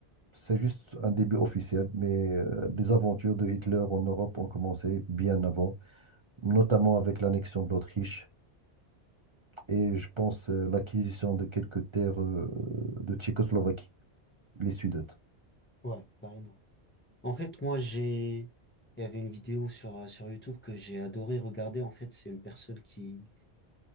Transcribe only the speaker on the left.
Ouais, carrément. En fait, moi, j'ai... Il y avait une vidéo sur, euh, sur YouTube que j'ai adoré regarder. En fait, c'est une personne qui,